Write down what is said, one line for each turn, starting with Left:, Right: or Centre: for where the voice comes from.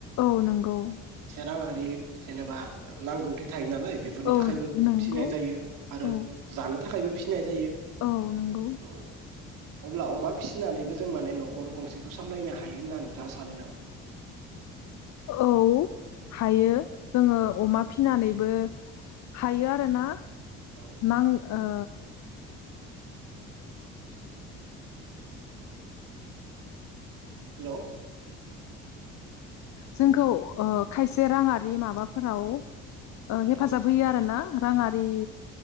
Left: औ नंगौ
Right: राङारि जेनेबा नांगौथि थायो नालाय बेफोरनि
Left: औ
Right: थाखायबो
Left: नंगौ
Right: फिसिनाय जायो आरो
Left: औ
Right: जानो थाखायबो फिसिनाय जायो
Left: औ नंगौ
Right: औ अब्ला अमा फिसिनानैबो जों माने न'खर गंसेखौ सामलायनो हायो होनना नोंथाङा सानो नामा?
Left: औ हायो जोङो
Right: औ
Left: अमा फिनानैबो हायो आरो ना
Right: औ
Left: नां ओ
Right: हेल
Left: जोंखौ खायसे राङारि माबाफोराव हेफाजाब
Right: औ
Left: होयो आर ना राङारि